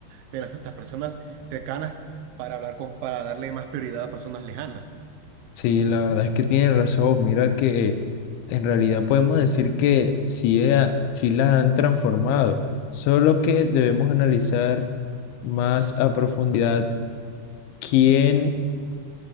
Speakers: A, on the right; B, on the left.
A: de las, estas personas cercanas para hablar con, para darle más prioridad a personas lejanas.
B: Sí, la verdad es que tienes razón. Mira que en realidad podemos decir que sí, ella- sí la han transformado, solo que debemos analizar más a profundidad quién